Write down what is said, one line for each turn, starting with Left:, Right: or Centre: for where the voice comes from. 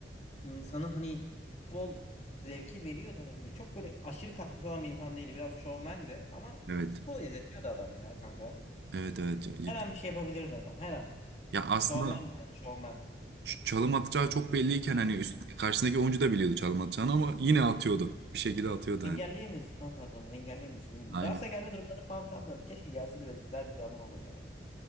Left: insanı hani futbol zevki veriyordu hani. Böyle Çok böyle aşırı katkısı olan bir insan değildi. Biraz şovmen de ama
Right: Evet.
Left: futbolu izletiyordu adam ya kanka.
Right: Evet evet cidden.
Left: Her an bir şey yapabilirdi adam her an.
Right: Ya aslında
Left: Şovmen de yani şovmen.
Right: ç- çalım atacağı çok belliyken hani üst- karşısındaki oyuncu da biliyordu çalım atacağını ama yine atıyordu. Bir şekilde atıyordu
Left: Engelleyemiyorsun
Right: yani.
Left: kanka adamı engelleyemiyorsun.
Right: Aynen.
Left: Galatasaray gelme durumları falan filan da keşke gelse de böyle güzel bir anı olur ya.